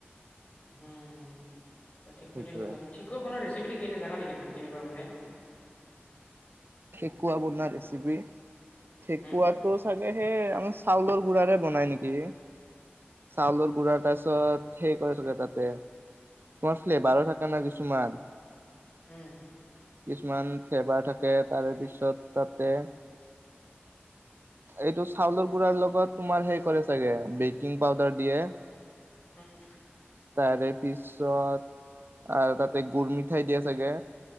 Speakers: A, on the left; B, on the right.
A: উম, ত ঠিকুৱটো
B: সেইটোৱে
A: সনেকুৱা নহ ঠেকুৱা বনোৱা ৰেচিপিটো এনে জানা নেকি তুমি কেনেকুৱা মানে?
B: ঠেকুৱা বনোৱা ৰেচিপি ঠেকুৱটো
A: উম,
B: চাগে সেই আমাৰ চাউলৰ গুড়াৰে বনায় নেকি চাউলৰ গুড়াৰ
A: উম,
B: তাৰপিছত সেই কৰে চাগে তাতে তোমাৰ ফ্লেভাৰো থাকে ন কিছুমান।
A: উম।
B: কিছুমান ফ্লেভাৰ থাকে তাৰে পিছত তাতে
A: <inaudible>
B: এইটো চাউলৰ গুড়াৰ লগত তোমাৰ হেই কৰে চাগে বেকিং পাউডাৰ দিয়ে।
A: উম।
B: তাৰে পিছত আৰু তাতে গুৰ মিঠাই দিয়ে চাগে।